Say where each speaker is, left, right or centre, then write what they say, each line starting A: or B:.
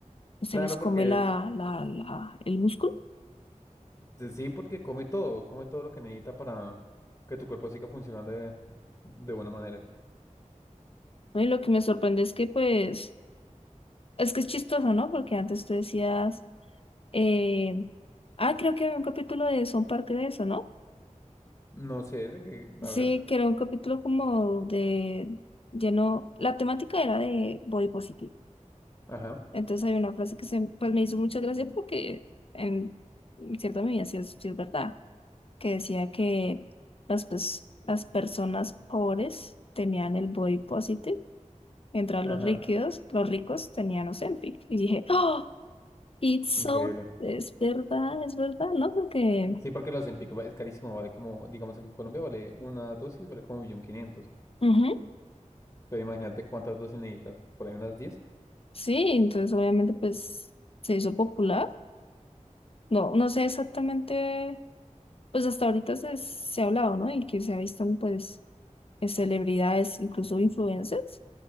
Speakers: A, on the left (about 45°); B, on the left (about 25°).
A: pues
B: claro,
A: se les come
B: porque
A: la, la, la, el músculo.
B: Sí, sí, porque come todo, come todo lo que necesita para que tu cuerpo siga funcionando de, de buena manera.
A: No, y lo que me sorprende es que, pues, es que es chistoso, ¿no? Porque antes tú decías, eh, ah, creo que había un capítulo de Son parte de eso, ¿no?
B: No sé, de que,
A: Sí,
B: a ver,
A: que era un capítulo como de lleno, la temática era de body positive.
B: ajá,
A: Entonces hay una frase que se, pues me hizo mucha gracia porque en cierta medida sí es, sí es verdad, que decía que las, pues, las personas pobres tenían el body positive, mientras
B: ajá,
A: los ricos, los ricos tenían Ozempic. Y dije, ¡oh! It's so,
B: increíble.
A: es verdad, es verdad, ¿no? Porque,
B: Y Sí, porque la Ozempic va- es carísimo, vale como, digamos aquí en Colombia vale una dosis, vale como un millón quinientos
A: ujú,
B: Pero imagínate cuántas dosis necesitas, por ahí unas diez
A: Sí, entonces obviamente pues se hizo popular. No, no sé exactamente, pues hasta ahorita se, se ha hablado, ¿no? Y que se ha visto pues eh, celebridades, incluso influencers,